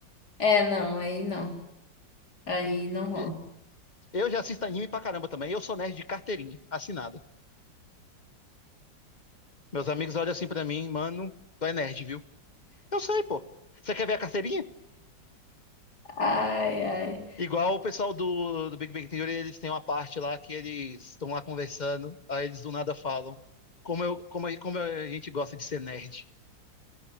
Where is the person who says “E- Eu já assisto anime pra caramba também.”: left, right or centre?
Left